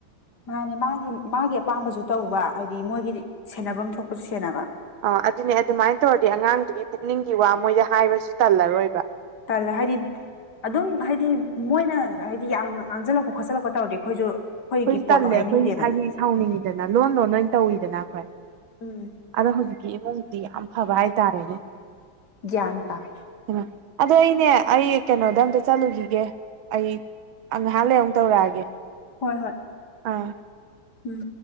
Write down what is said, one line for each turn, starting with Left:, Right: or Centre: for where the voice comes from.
Left: ꯃꯥꯅꯦ ꯃꯥꯒꯤ ꯃꯥꯒꯤ ꯑꯄꯥꯝꯕꯁꯨ ꯇꯧꯕ ꯍꯥꯏꯗꯤ ꯃꯣꯏꯒꯤꯗꯤ ꯁꯦꯟꯅꯐꯝ ꯊꯣꯛꯄꯁꯨ ꯁꯦꯟꯅꯕ
Right: ꯑ ꯑꯗꯨꯅꯦ ꯑꯗꯨꯃꯥꯏꯅ ꯇꯧꯔꯗꯤ ꯑꯉꯥꯡꯗꯨꯒꯤ ꯄꯨꯛꯅꯤꯡꯒꯤ ꯋꯥ ꯃꯣꯏꯗ ꯍꯥꯏꯕꯁꯨ ꯇꯜꯂꯔꯣꯏꯕ
Left: ꯇꯜꯂ ꯍꯥꯏꯗꯤ ꯑꯗꯨꯝ ꯍꯥꯏꯗꯤ ꯃꯣꯏꯅ ꯍꯥꯏꯗꯤ ꯌꯥꯝ ꯉꯥꯡꯁꯤꯜꯂꯛꯄ ꯈꯣꯠꯆꯜꯂꯛꯄ ꯇꯧꯔꯗꯤ ꯑꯩꯈꯣꯏꯁꯨ ꯑꯩꯈꯣꯏꯒꯤ
Right: ꯑꯈꯣꯏꯁꯨ
Left: ꯄꯣꯠꯇꯣ
Right: ꯇꯜꯂꯦ
Left: ꯍꯥꯏꯅꯤꯡꯗꯦꯗꯅ
Right: ꯑꯈꯣꯏ ꯍꯥꯏꯗꯤ ꯁꯥꯎꯅꯤꯡꯉꯤꯗꯅ
Left: ꯎꯝ
Right: ꯂꯣꯟ ꯂꯣꯟ ꯑꯣꯏꯅ ꯇꯧꯋꯤꯗꯅ ꯑꯈꯣꯏ
Left: ꯎꯝ
Right: ꯑꯗꯣ ꯍꯧꯖꯤꯛꯀꯤ ꯏꯃꯨꯡꯗꯤ ꯌꯥꯝ ꯐꯕ ꯍꯥꯏꯇꯥꯔꯦꯅꯦ
Left: ꯒ꯭ꯌꯥꯟ ꯇꯥꯏ
Right: ꯍꯩꯃꯥ ꯑꯗꯣ ꯑꯩꯅꯦ ꯑꯩ ꯀꯩꯅꯣꯗ ꯑꯝꯇ ꯆꯠꯂꯨꯈꯤꯒꯦ ꯑꯩ ꯑ ꯉꯍꯥꯛ ꯂꯩꯔ ꯑꯃꯨꯛ ꯇꯧꯔꯛꯑꯒꯦ
Left: ꯍꯣꯏ ꯍꯣꯏ
Right: ꯑꯥ
Left: ꯎꯝ